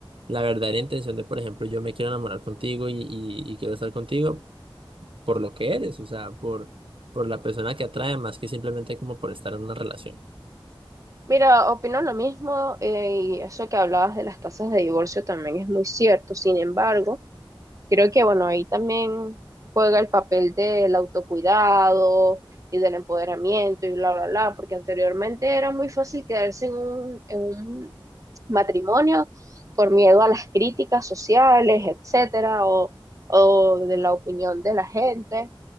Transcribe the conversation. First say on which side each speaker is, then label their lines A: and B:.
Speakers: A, on the right; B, on the right.
A: la verdadera intención de, por ejemplo, yo me quiero enamorar contigo y, y, y quiero estar contigo por lo que eres, o sea, por, por la persona que atrae más que simplemente como por estar en una relación.
B: mira, opino lo mismo eh, y eso que hablabas de las tasas de divorcio también es muy cierto, sin embargo. Creo que, bueno, ahí también juega el papel del autocuidado y del empoderamiento y bla, bla, bla, porque anteriormente era muy fácil quedarse en un, en un matrimonio por miedo a las críticas sociales, etcétera, o, o de la opinión de la gente,